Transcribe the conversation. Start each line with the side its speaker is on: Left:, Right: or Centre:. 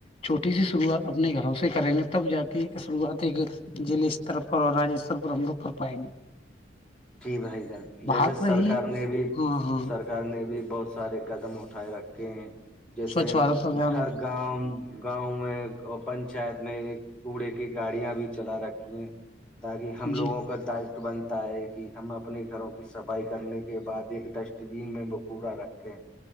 Left: چوٹی سی شروعات اپنے گھروں سے کریں گے تب جا کے شروعات ایکلے طر پر اور رجیشور پر ہم لوگ کر پائیں گے
Centre: کی بائی ج
Left: بات
Centre: جیسے
Left: رہی
Centre: سرکار نے بھی
Left: ہاں ہاں
Centre: سر گھر نے بھی بہت سارے قدم اٹھائے رکھے ہیں جیسے
Left: سوچھ بھارت ابھیان
Centre: گھر گاؤں گاؤں میں پنچایت میں ایک کوڑے کی گاڑیاں بھی چلا رکھی ہیں تاکہ ہم لوگوں
Left: جی
Centre: کا دائتو بنتا ہے کہ ہم اپنے گھروں کے صفائی کرنے کے بعد ایک ڈسٹ بین میں بکوورا رکھیں